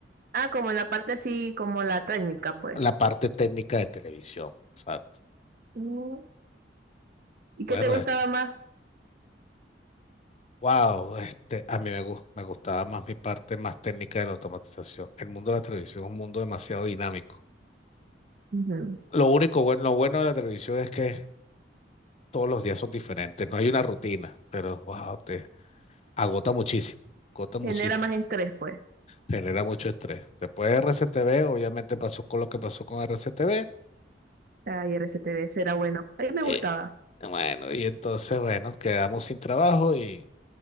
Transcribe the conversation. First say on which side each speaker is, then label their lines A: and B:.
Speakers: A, on the right (about 50°); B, on the left (about 35°).
A: ah, como en la parte así, como la técnica, pues.
B: la parte técnica de televisión. Exacto.
A: Mm. ¿Y qué
B: Bueno,
A: te gustaba
B: es-
A: más?
B: wow, este, a mí me, gus- me gustaba más mi parte más técnica de la automatización. El mundo de la televisión es un mundo demasiado dinámico.
A: Ujú.
B: Lo único bueno, lo bueno de la televisión es que todos los días son diferentes, no hay una rutina, pero wow, agota muchísimo, agota muchísimo,
A: Genera más estrés, pues.
B: genera mucho estrés. Después de RCTV, obviamente pasó con lo que pasó con RCTV.
A: Ay, RCTV será bueno. A mí me
B: eh,
A: gustaba.
B: bueno, y entonces, bueno, quedamos sin trabajo y